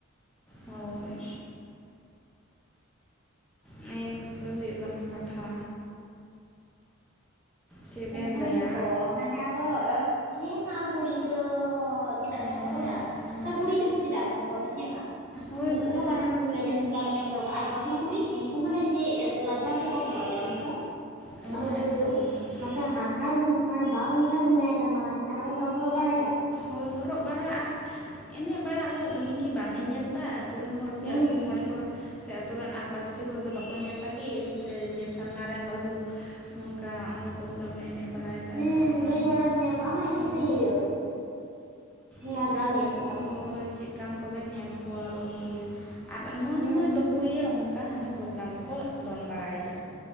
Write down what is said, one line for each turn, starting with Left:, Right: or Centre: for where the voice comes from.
Centre: ᱦᱳᱭ ᱱᱮ ᱤᱱᱠᱟᱹ ᱦᱩᱭᱩᱜ ᱠᱟᱱᱟ ᱠᱟᱛᱷᱟ᱾ ᱪᱮᱫ ᱵᱮᱱ
Right: ᱚᱱᱠᱟ
Centre: ᱞᱟᱹᱭᱟ
Right: ᱜᱮᱛᱚ ᱢᱟᱱᱮ ᱟᱫᱚ ᱦᱮᱸ ᱢᱟ ᱠᱩᱲᱤ ᱜᱤᱫᱽᱨᱟᱹ ᱦᱚᱸᱼᱼ ᱪᱮᱫᱟᱜ
Centre: ᱦᱮᱸ
Right: ᱠᱚ ᱦᱚᱨᱚᱜᱟ
Centre: ᱦᱮᱸ
Right: ᱠᱩᱲᱤ ᱜᱤᱫᱽᱨᱟᱹ ᱦᱚᱸ ᱪᱮᱫᱟᱜ ᱠᱚ ᱦᱚᱨᱚᱜᱟ ᱦᱮᱸ ᱵᱟᱝ
Centre: ᱦᱳᱭ
Right: ᱩᱱᱠᱩ
Centre: ᱵᱟᱠᱷᱟᱡ
Right: ᱦᱚᱸ ᱵᱟᱨᱚᱱ
Centre: ᱫᱚ
Right: ᱠᱚ ᱦᱩᱭᱩᱜᱼᱟ ᱡᱮᱼᱼ ᱚᱱᱠᱟ ᱞᱮᱠᱟ ᱦᱚᱨᱚᱜᱟ ᱟᱨ ᱵᱟᱹᱦᱩ ᱠᱩᱲᱤ ᱩᱱᱠᱩ ᱢᱟᱱᱮ ᱪᱮᱫᱼᱼ ᱞᱟᱡᱟᱣ ᱛᱮᱠᱚ ᱦᱚᱨᱚᱜ ᱮᱫᱟ ᱚᱱᱠᱟ
Centre: ᱦᱮᱸ
Right: ᱵᱟᱹᱦᱩ ᱠᱩᱲᱤ
Centre: ᱥᱟᱹᱨᱤ
Right: ᱫᱚ᱾
Centre: ᱠᱟᱛᱷᱟ
Right: ᱢᱟᱥᱮ ᱦᱟᱱᱦᱟᱨ ᱦᱚᱧᱦᱟᱨ ᱵᱟᱦᱚᱧᱦᱟᱨ ᱢᱮᱱᱟᱭ ᱛᱟᱢᱟᱭ ᱟᱨ ᱚᱱᱠᱟᱢ ᱦᱚᱨᱚᱜ ᱵᱟᱲᱟᱭᱟ᱾
Centre: ᱦᱚᱭ ᱦᱚᱨᱚᱜ ᱵᱟᱲᱟᱜ ᱟᱨ ᱮᱱᱮᱡ ᱵᱟᱲᱟᱜ ᱟᱫᱚ ᱩᱱᱤ ᱠᱤ ᱵᱟᱝ ᱮ ᱧᱮᱞ ᱮᱫᱟᱼᱼ ᱟᱹᱛᱩ ᱨᱮᱱ ᱦᱚᱲ ᱜᱮ
Right: ᱦᱮᱸ
Centre: ᱟᱹᱛᱩ ᱢᱚᱬᱮ ᱦᱚᱲᱼᱼ ᱥᱮ ᱟᱛᱳ ᱨᱮᱱ ᱟᱨ ᱯᱟᱸᱪᱴᱤ ᱦᱚᱲ ᱫᱚ ᱵᱟᱠᱚ ᱧᱮᱞ ᱫᱟ ᱠᱤ ᱥᱮ ᱡᱮ ᱯᱷᱟᱨᱱᱟ ᱨᱮᱱ ᱵᱟᱹᱦᱩᱼᱼ ᱱᱚᱝᱠᱟ ᱚᱸᱰᱮ ᱯᱨᱚᱜᱨᱟᱢ ᱨᱮ ᱮᱱᱮᱡ ᱵᱟᱲᱟᱭ ᱮᱫᱟᱭ
Right: ᱦᱮᱸ
Centre: ᱟᱨ ᱚᱱᱟ
Right: ᱞᱟᱹᱭ
Centre: ᱦᱚᱸ
Right: ᱵᱟᱲᱟ ᱢᱮᱭᱟ ᱠᱚ ᱟᱢᱟᱜ ᱜᱮᱥᱮ
Centre: ᱦᱚᱸᱼᱼ
Right: ᱤᱭᱟᱹ
Centre: ᱪᱮᱫᱟ
Right: ᱞᱟᱡᱟᱣ
Centre: ᱠᱟᱱ
Right: ᱨᱮᱭᱟᱜ ᱵᱮᱯᱟᱨ ᱫᱚ
Centre: ᱦᱚᱭ ᱪᱮᱫᱼᱼ ᱪᱮᱫ ᱠᱟᱱ ᱠᱚᱵᱮᱱ ᱧᱮᱞ ᱠᱚᱣᱟ ᱵᱟᱹᱦᱩᱲᱤᱭᱟᱹ ᱟᱨ ᱢᱚᱡᱽ
Right: ᱦᱩᱸ
Centre: ᱢᱚᱡᱽ
Right: ᱦᱩᱸ
Centre: ᱵᱟᱹᱦᱩᱲᱤᱭᱟᱹ ᱚᱱᱼᱼ ᱚᱱᱠᱟ ᱦᱟᱱᱟ ᱯᱨᱳᱜᱨᱟᱢ ᱨᱮᱠᱚ ᱫᱚᱱ ᱵᱟᱲᱟᱭ ᱮᱫᱟ᱾